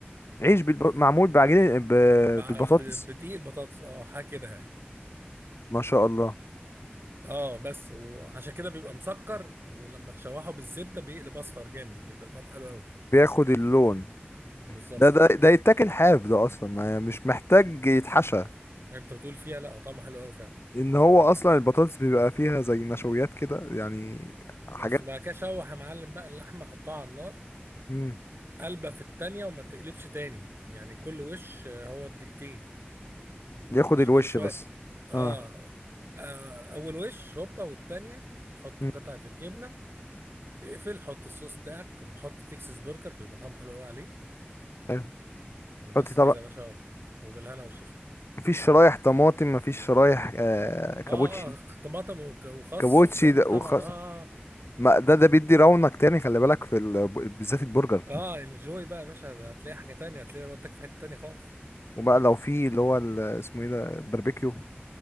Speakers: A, on the left (about 85°); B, on the right (about 65°).
A: عيش بالب... معمول بعجينه ب...
B: مع
A: بالبطاطس
B: ب- بدقيق البطاطس اه حاجه كده يعني
A: ما شاء الله
B: اه بس وعشان كده بيبقى مسكر ولما تشوحه بالزبده بيقلب اصفر جامد بيبقى طعمه حلو قوي
A: بياخد اللون
B: بالظبط
A: ده ده ده يتاكل حاف ده اصلا ما يعني مش محتاج يتحشى
B: آه. انت بتقول فيها لا هو طعمه حلو قوي فعلا
A: ان هو اصلا البطاطس بيبقى فيها زي نشويات كده يعني حاجات
B: بس وبعد كده شوح يا معلم بقى اللحمه حطها على النار
A: امم
B: قلبة في التانية وما تقلبش تاني يعني كل وش آه، هو الدقيقتين
A: ياخد
B: مش
A: الوش
B: كل شوية
A: بس
B: آه,
A: اه
B: آه أول وش هوبا والتانية حط
A: مم.
B: قطعة الجبنة اقفل حط الصوص بتاعك حط تكساس برجر بيبقى طعمه حلو قوي عليه
A: حلو
B: وبس
A: حطي طبق
B: كده يا باشا اهو وبالهنا والشفا
A: مفيش شرايح طماطم مفيش شرايح آه كابوتشي
B: اه آه، طماطم وك- وخس
A: كابوتشي
B: والكلام
A: ده
B: ده طبعا
A: وخ...
B: اه
A: ما ده ده بيدي رونق تاني خلي بالك في ال... بالذات البرجر
B: اه انجوي بقى يا باشا ده هتلاقي حاجة تانية هتلاقي ودك في حتة تانية خالص
A: وبقى لو في اللي هو ال... اسمه ايه ده باربيكيو